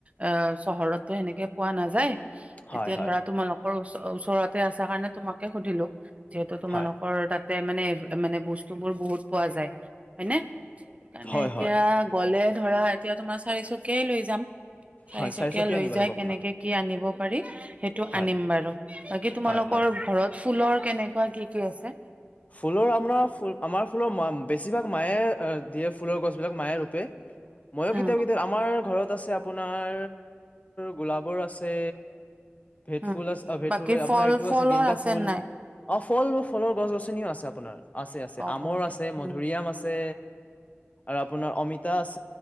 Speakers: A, on the right (about 30°); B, on the left (about 35°).
A: অ চহৰতে সেনেকে পোৱা নাযায়
B: হয়
A: এতিয়া
B: হয়
A: ধৰা, তোমালোক ওচৰতে আছে কাৰণে তোমাকে সুধিলো যিহেতু তোমালোকৰ
B: হয়
A: তাতে মানে এভ মানে বস্তুবোৰ বহুত পোৱা যায়। হয় নে? সেইকাৰণে
B: হয়
A: এতিয়া
B: হয় হয়
A: গলে ধৰা, এতিয়া তোমাৰ চাৰিচকীয়াই লৈ যাম। চাৰিচকীয়া
B: হয়
A: লৈ
B: আনিব
A: যায়
B: লাগিব
A: কেনেকে
B: আপোনাক
A: কি আনিব পাৰি সেইটো
B: হয়
A: আনিম বাৰু, বাকী তোমালোকৰ
B: হয় হয়
A: ঘৰত ফুলৰ কেনেকুৱা কি কি আছে
B: ফুলৰ অমৰা, ফুল, আমাৰ ফুলৰ মাম, বেছিভাগ মায়ে, এ দিয়ে ফুলৰ গছবিলাক, মায়ে ৰূপে ময়ো
A: উম।
B: কেতিয়াবা কেতিয়াও আমাৰ ঘৰত আছে আপোনাৰ গোলাবৰ আছে ভেদ
A: উম,
B: ফুল আছে ভেদ
A: বাকী
B: ফুল আপোনাৰ
A: ফল
B: এইটো
A: ফলৰ
B: আছে গেনদা ফুল
A: নাই?
B: অ ফল ফলৰ গছ গছ <unintelligible> আছে, আপোনাৰ। আছে, আছে।
A: অ',
B: আমৰ
A: অ', দে
B: আছে,
A: উম,
B: মধুৰিআম আছে। আৰু আপোনাৰ অমিতা আছ